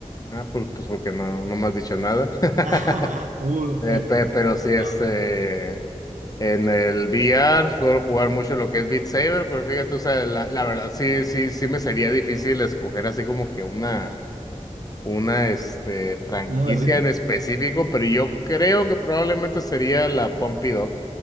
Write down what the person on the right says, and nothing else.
<laughs> Uh,
eh,
va.
¿Uno de ritmo?